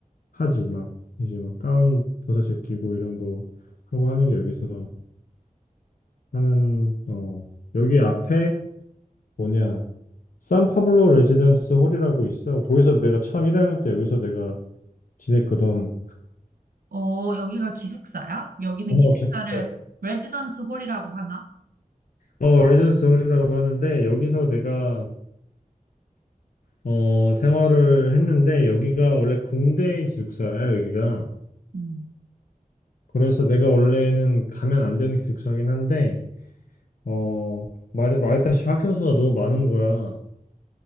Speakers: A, on the left (about 70°); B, on the right (about 85°).
A: 하지 막 이제 막 가운 벗어 제끼고 이런 거 하고 하는 게 여기서 하는 어 여기 앞에 뭐냐 산파블로 레지던스 홀이라고 있어 거기서 내가 처음 1학년 때 여기서 내가 지냈거든
B: 어, 여기가 기숙사야? 여기는
A: 어,
B: 기숙사를
A: 비슷해.
B: 레지던스 홀이라고 하나?
A: 어, 레전스 홀이라고 하는데 여기서 내가 어, 생활을 했는데 여기가 원래 공대 기숙사야, 여기가.
B: 응.
A: 그래서 내가 원래는 가면 안 되는 기숙사긴 한데, 어, 말, 말했다시피 학생 수가 너무 많은 거야.